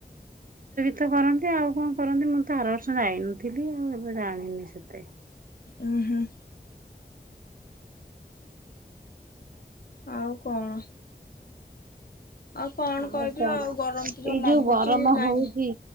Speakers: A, on the right; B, on the left.
A: ତେ କରନ୍ତି ଆଉ କଣ କରନ୍ତି ମୁଁ ତ ଆର ବର୍ଷ ଯାଇନଥିଲି ଆଉ ଏବେ ଜାଣିନି ସେତେ।
B: ଉ ହୁଁ ଆଉ କଣ? ଆଉ କଣ
A: ଆଉ
B: କହିବି
A: କଣ ଏଇ
B: ଗରମ ତ ଲାଗୁଛି
A: ଯୋଉ ଗରମ
B: ଲାଇନ
A: ହଉଛି